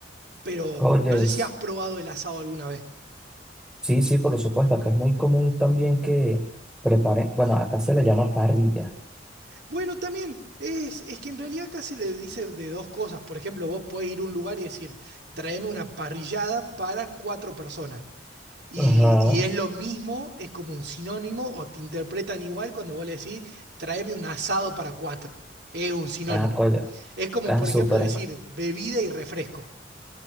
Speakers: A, on the right; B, in the centre.
A: Pero
B: Oye,
A: no sé
B: es-
A: si has probado el asado alguna vez.
B: sí, sí, por supuesto, acá es muy común también que preparen, bueno, acá se le llama parrilla.
A: Bueno, también es, es que en realidad acá se le dice de dos cosas. Por ejemplo, vos podés ir a un lugar y decir, tráeme una parrillada para cuatro personas. Y,
B: Ajá.
A: y es lo mismo, es como un sinónimo, o te interpretan igual cuando vos le decís, tráeme un asado para cuatro. Es un sinónimo.
B: Ah, coño,
A: Es como,
B: tan
A: por ejemplo,
B: súper.
A: decir bebida y refresco.